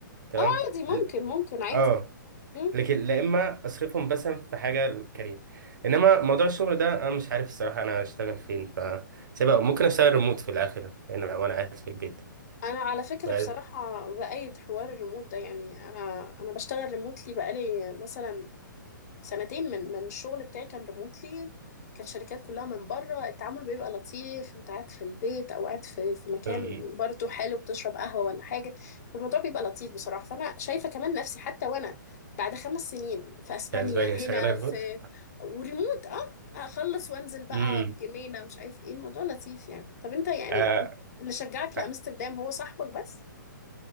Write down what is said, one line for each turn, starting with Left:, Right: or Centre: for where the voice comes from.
Right: تمام
Left: اه عادي ممكن ممكن عادي
Right: اه
Left: مم.
Right: لكن لا اما اصرفهم مثلا في حاجه للكارير انما موضوع الشغل ده انا مش عارف الصراحه انا اشتغل فين ف سيبها ممكن اشتغل ريموت في الاخر هنا وانا قاعد في البيت
Left: انا على فكرة
Right: بعد-
Left: بصراحة بأيد حوار الريموت ده يعني انا انا بشتغل ريموتلي بقالي مثلا سنتين من من الشغل بتاعي كان ريموتلي كانت شركات كلها من بره التعامل بيبقى لطيف انت قاعد في البيت او قاعد في في مكان
Right: أمم،
Left: برضو حلو بتشرب قهوة ولا حاجة الموضوع بيبقى لطيف بصراحة فانا شايفة كمان نفسي حتى وانا بعد خمس سنين في اسبانيا
Right: في اسبانيا
Left: هنا
Right: شغاله ريموت
Left: في وريموت اه اخلص وانزل بقى
Right: امم
Left: الجنينة مش عارف ايه الموضوع لطيف يعني طب انت يعني
Right: آه
Left: انت- اللي شجعك لامستردام
Right: آه
Left: هو صاحبك بس